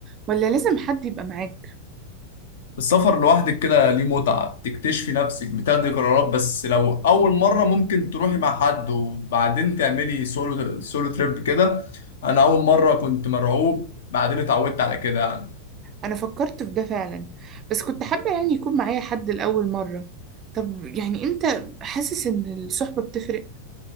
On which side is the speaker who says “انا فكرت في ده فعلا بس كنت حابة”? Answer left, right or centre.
Right